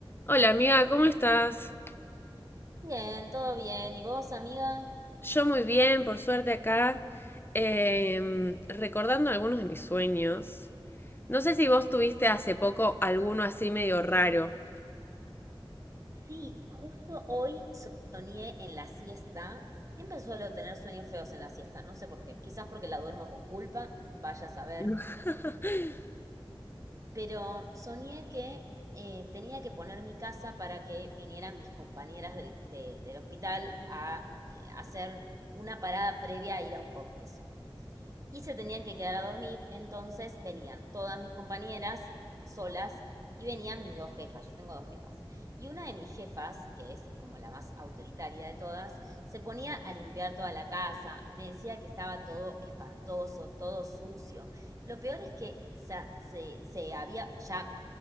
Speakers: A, on the left; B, on the right.
A: Hola amiga, ¿cómo estás?
B: Bien, todo bien. ¿Y vos, amiga?
A: Yo muy bien, por suerte acá, em, recordando algunos de mis sueños. No sé si vos tuviste hace poco alguno así medio raro.
B: Sí, justo hoy, So- Soñé en la siesta. Siempre suelo tener sueños feos en la siesta, no sé por qué. Quizás porque la duermo con culpa, vaya a saber.
A: <laughs>
B: Pero soñé que eh, tenía que poner mi casa para que vinieran mis compañeras del, de- del hospital a eh, hacer una parada previa a ir a un congreso. y se tenían que quedar a dormir, entonces venían todas mis compañeras solas y venían mis dos jefas, yo tengo dos jefas. Y una de mis jefas, que es como la más autoritaria de todas, se ponía a limpiar toda la casa, me decía que estaba todo espantoso, todo sucio. Lo peor es que sa- se, se había, ya